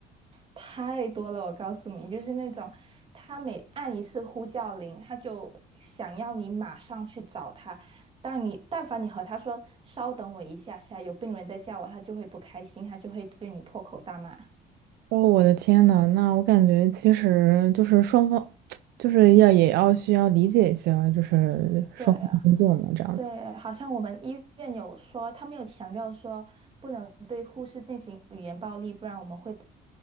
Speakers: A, on the right; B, on the right.
A: 太多了，我告诉你，就是那种他每按一次呼叫铃，他就想要你马上去找他。但你但凡你和他说“稍等我一下下，有病人在叫我”，他就会不开心，他就会对你破口大骂。
B: 哦，我的天呐，那我感觉其实就是双方，就是要也要需要理解一下，就是双方的工作嘛，
A: 对啊，
B: 这样子。
A: 对，好像我们医院有说，他们有强调说不能对护士进行语言暴力，不然我们会